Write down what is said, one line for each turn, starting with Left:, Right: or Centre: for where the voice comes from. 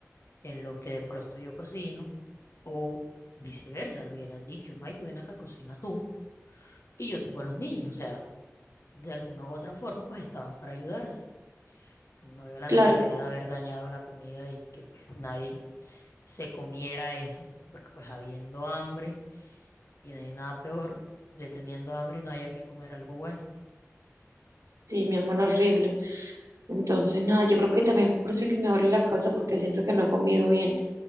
Left: en lo que de pronto yo cocino, o viceversa, lo hubieras dicho, Mayo, ven acá, cocina tú y yo tengo a los niños, o sea. de alguna u otra forma, pues estaban para ayudarse. No veo la
Right: claro,
Left: necesidad de haber dañado la comida y que pues nadie se comiera eso, porque pues habiendo hambre y no hay nada peor de teniendo hambre y no haya que comer algo bueno.
Right: sí, mi amor, horrible. Entonces, nada, yo creo que también por eso es que me duele la cabeza porque siento que no he comido bien.